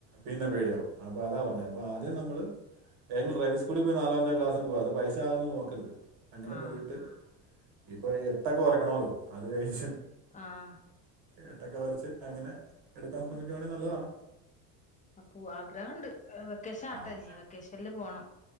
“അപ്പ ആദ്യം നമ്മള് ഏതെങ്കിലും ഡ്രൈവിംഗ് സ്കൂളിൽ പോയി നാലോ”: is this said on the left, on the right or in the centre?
Right